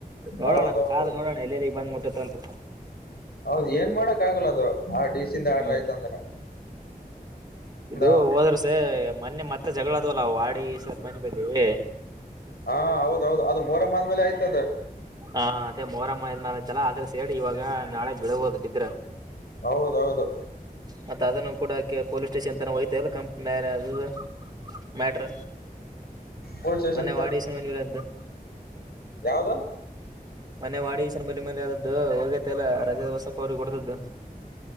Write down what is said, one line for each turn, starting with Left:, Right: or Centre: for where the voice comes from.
Right: ನೋಡೋಣ
Left: ಹೌದೌದು
Right: ಕಾದ ನೋಡೋಣ ಎಲ್ಲೆಲ್ಲಿಗ್ ಬಂದ್ ಮುಟ್ಟುತಂತ್.
Left: ಹೌದ್ ಏನ್ ಮಾಡಕ್ ಆಗಲ್ಲ ಅದು ಆ ಡಿ ಸಿ ಯಿಂದ ಆಡ್ರ
Right: ಹ್ಮ್
Left: ಆಯ್ತ ಅಂದ್ರ.
Right: ಇದು
Left: ಅವ್ರ
Right: ಹೋದ್ರ ವರ್ಸೆ ಮೊನ್ನೆ ಮತ್ತೆ ಜಗಳ ಅದ್ವಲ್ಲ ವಾಡಿ ಸರ್ ಮನೆ ಮೇಲೆ.
Left: ಹಾ ಹೌದೌದು ಅದು ಮೋರಮ ಆದ್ಮೇಲೆ ಆಯ್ತದ.
Right: ಹ ಅದೇ ಮೋರಮ್ಮ ಇದ್ಮಾಲತಲ್ಲ ಆದ್ರ ಸೇಡ್ ಇವಾಗ ನಾಳೆ. ಬೀಳ್ಬೋದು ಬಿದ್ರ
Left: ಹೌದೌದು.
Right: ಮತ್ತ ಅದನ್ನು ಕೂಡ ಪೊಲೀಸ್ ಸ್ಟೇಷನ್ ತನ ಹೋಯ್ತಾಲ್ಲಂ <unintelligible> ಮ್ಯಾಟ್ರ.
Left: ಪೋಲೀಸ್ ಸ್ಟೇಷನ್
Right: ಮೊನ್ನೆ ವಾಡೀಶನ್ ಮನಿ ಮೇಲೆ ಆದ್ದು
Left: ಯಾವ್ದು.
Right: ಮನೆ ವಾಡೇಶ್ನ ಬಲಿ ಮೇಲೆ ಆದದ್ದು ಹೋಗೇ ಎಲ್ಲ ರಜಾ ಬಸಪ್ಪ ಅವ್ರಿಗೆ ಒಡ್ಡಿದ್ದು.